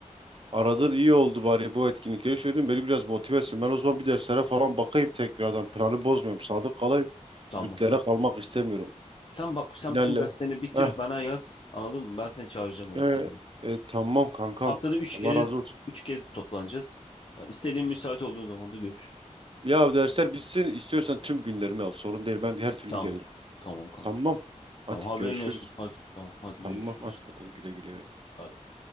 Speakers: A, on the right (about 45°); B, on the left (about 45°).
A: aradın iyi oldu bari bu etkinlikleri söyledin. Beni biraz motive etsin. Ben o zaman bir derslere falan bakayım tekrardan. Planı bozmuyorum. Sadık kalayım.
B: Tamam
A: Bütlere
B: tamam.
A: kalmak istemiyorum.
B: Sen bak sen
A: Finalle.
B: bütün derslerini bitir
A: Eh,
B: bana yaz. Anladın mı? Ben seni çağıracağım o
A: eh,
B: etkinliğe.
A: eh, tamam kankam.
B: Haftada üç
A: Allah
B: kez
A: razı olsun.
B: üç kez toplanacağız. Tamam, istediğin müsait olduğun zaman da görüşürüz.
A: Ya dersler bitsin. İstiyorsan tüm günlerimi al. Sorun değil. Ben her türlü
B: Tamam.
A: gelirim.
B: Tamam kanka.
A: Tamam. Hadi
B: Tamam haberin
A: görüşürüz.
B: olsun. Hadi tamam hadi
A: Tamam.
B: görüşürüz.
A: Hadi, hadi güle güle.
B: Bay bay.